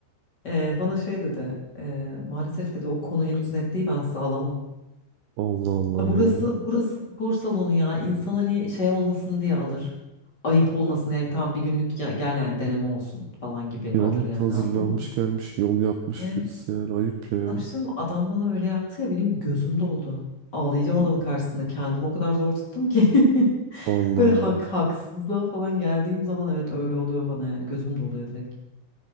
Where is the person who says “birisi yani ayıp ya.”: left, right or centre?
Right